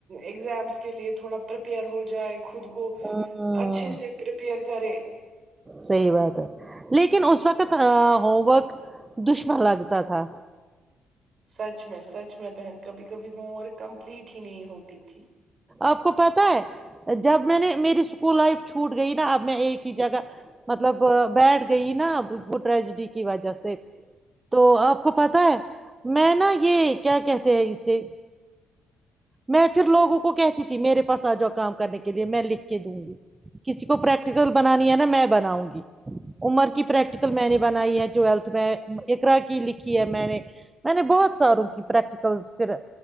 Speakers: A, on the right; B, on the right.
A: اگزامس کے لیے تھوڑا پریپیئر ہو جائے گا خود کو
B: ہاں
A: اچھے سے پرپیئر کرے
B: صحیح بات ہے لیکن اس وقت ہوم ورک دشمن لگتا تھا
A: سچ میں سچ میں بہن کبھی کبھی ہوں اور کمپلیٹ نہیں ہوتی تھی
B: آپ کو پتا جب میں نے میری اسکول لائف چھوٹ گئی نا اب میں ایک ہی جگہ مطلب بیٹھ گئی نا ا وہ ٹریجڈی کی وجہ سے تو
A: اچھا
B: آپ کو پتا ہے میں نا یہ کیا کہتے ہیں اسے میں پھر لوگوں کو کہتی تھی میرے پاس آ جاؤ کام کرنے کے لیے میں لکھ کے دوں گی کسی کو پریکٹیکل بنانی ہے نا میں بناؤں گی عمر کی پریکٹیکل میں نے بنائی ہے ٹویلتھ میں ارا کی لکھی ہے میں نے میں نے بہت ساروں کی پریکٹیکل پھر